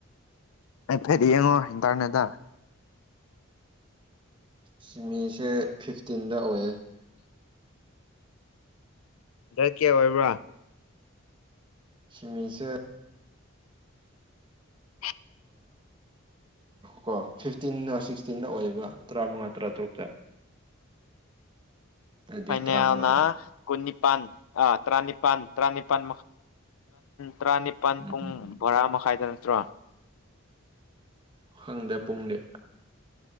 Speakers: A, on the left (about 80°); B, on the right (about 25°).
A: ꯑꯦ ꯐꯦꯠ ꯌꯦꯡꯉꯣ ꯏꯟꯇꯔꯅꯦꯠꯇ
B: ꯁꯤꯃꯤꯁꯦ ꯐꯤꯐꯇꯤꯟꯗ ꯑꯣꯏꯌꯦ
A: ꯗꯗꯔ ꯀꯦ ꯑꯣꯏꯕ꯭ꯔꯥ
B: ꯁꯤꯃꯤꯁꯦ
A: ꯍꯦ
B: ꯀꯣ ꯐꯤꯐꯇꯤꯟꯅ ꯁꯤꯛꯁꯇꯤꯟꯗ ꯑꯣꯏꯌꯦꯕ ꯇꯔꯥꯃꯉꯥ ꯇꯔꯥꯇꯔꯨꯛꯇ ꯑꯗꯨꯗꯤ
A: ꯐꯩꯅ
B: ꯇꯔꯥꯃꯉꯥꯗꯤ
A: ꯌꯥꯅ ꯀꯨꯟꯅꯤꯄꯥꯟ ꯑꯥ ꯇꯔꯥꯅꯤꯄꯜ ꯇꯔꯥꯅꯤꯄꯥꯜ ꯇꯔꯥꯅꯤꯄꯥꯜ
B: ꯎꯝ
A: ꯄꯨꯡ
B: ꯎꯝ
A: ꯕꯣꯔꯥ ꯃꯈꯥꯏꯗ ꯅꯠꯇ꯭ꯔꯣ
B: ꯈꯪꯗꯦ ꯄꯨꯡꯗꯤ